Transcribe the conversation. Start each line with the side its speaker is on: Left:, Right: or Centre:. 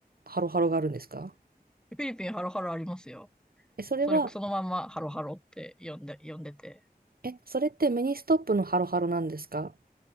Right: ハロハロがあるんですか
Centre: フィリピンハロハロありますよ。
Right: え、それは、
Centre: それ、そのまんまハロハロって呼んで、呼んでて。
Right: え、それってミニストップのハロハロなんですか